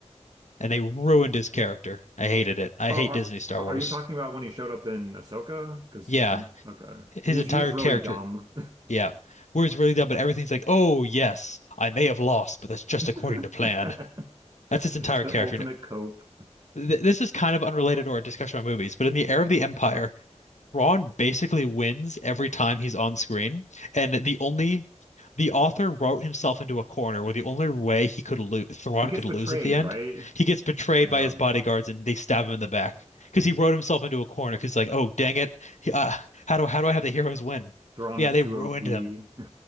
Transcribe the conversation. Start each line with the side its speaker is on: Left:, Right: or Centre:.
Left: and they ruined his character I hated it I
Right: Are,
Left: hate
Right: are
Left: Disney Star
Right: are
Left: Wars.
Right: you talking about when he showed up in Ahsoka? Because
Left: Yeah,
Right: I'm okay.
Left: his
Right: He was
Left: entire
Right: he was really
Left: character.
Right: dumb.
Left: Yeah. Where it's really done, but everything's like, oh, yes, I may have lost, but that's just
Right: <laughs>
Left: according to plan. That's his entire
Right: The
Left: character.
Right: ultimate
Left: And it,
Right: cope.
Left: th this is kind of unrelated or a discussion on movies, but in the era of the Empire, Ron basically wins every time he's on screen, and the only the author wrote himself into a corner where the only way he could lose, Ron
Right: He gets
Left: could
Right: betrayed,
Left: lose at the end,
Right: right?
Left: he gets betrayed
Right: Yeah.
Left: by his bodyguards and they stab him in the back because he wrote himself into a corner. Because like, oh dang it, uh, how do how do I have the heroes win?
Right: Thrawn
Left: But
Right: is
Left: yeah, they
Right: too
Left: ruined
Right: OP.
Left: him.